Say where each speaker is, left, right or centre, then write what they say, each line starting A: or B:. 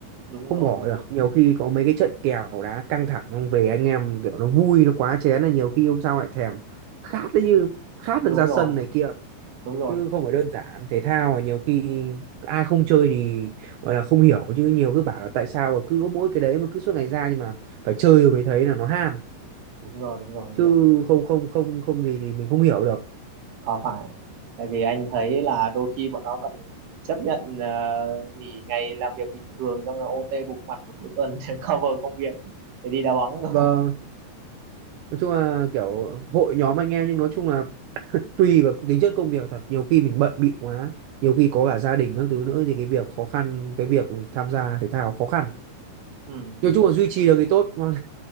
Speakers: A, on the right; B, on the right.
A: đúng
B: không
A: rồi
B: bỏ
A: đúng
B: được
A: rồi
B: nhiều khi có mấy cái trận kèo đá căng thẳng không về anh em kiểu nó vui nó quá chén là nhiều khi hôm sau lại thèm khát đấy như khát
A: đúng
B: được ra
A: rồi
B: sân này kia
A: đúng rồi
B: chứ không phải đơn giản thể thao là nhiều khi ai không chơi thì gọi là không hiểu chứ nhiều cứ bảo là tại sao mà cứ có mỗi cái đấy mà cứ suốt ngày ra nhưng mà phải chơi rồi mới thấy là nó ham
A: đúng rồi đúng rồi đúng
B: chứ
A: rồi
B: không không không không gì thì mình không hiểu được
A: có phải tại vì anh thấy là đôi khi bọn nó còn chấp nhận ờ, nghỉ ngày làm việc bình thường xong rồi OT bục mặt vào cuối tuần <laughs> để cover công việc để đi đá bóng cơ
B: vâng
A: <laughs>
B: nói chung là kiểu hội nhóm anh em nhưng nói chung là <laughs> tùy vào tính chất công việc thật nhiều khi mình bận bịu quá nhiều khi có cả gia đình các thứ nữa thì cái việc khó khăn cái việc tham gia thể thao khó khăn
A: ừ.
B: nói
A: ừ.
B: chung là duy trì được thì tốt <laughs> Còn